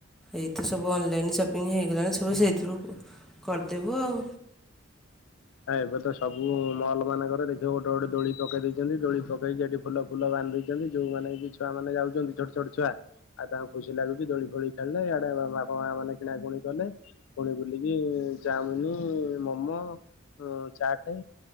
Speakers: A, in the centre; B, on the left (about 70°).
A: ଏଇ ତ ସବୁ ଅନଲାଇନ୍ ସପିଙ୍ଗ ହେଇଗଲାଣି ସବୁ ସେଇଥିରୁ କରିଦେବୁ ଆଉ।
B: ନା ଏବେ ତ ସବୁ ମଲ୍ ମାନଙ୍କରେ ଦେଖିବ ଗୋଟେ ଗୋଟେ ଦୋଳି ପକେଇ ଦେଇଚନ୍ତି ଦୋଳି ପକେଇକି ଏଠି ଫୁଲ ଫୁଲ ବାନ୍ଧି ଦେଇଚନ୍ତି ଯୋଉମାନେ ବି ଛୁଆ ମାନେ ଯାଉଚନ୍ତି ଛୋଟ ଛୋଟ ଛୁଆ ଆଉ ତାଙ୍କୁ ଖୁସି ଲାଗୁଚି ଦୋଳି ଫୋଳି ଖେଳିଲେ ଆଡେ ବା-ବାପ ମା ମାନେ କିଣା କୁଣି କଲେ ପୁଣି ବୁଲିକି ଚାଉମିନ, ମୋମୋ ଉଁ ଚାଟ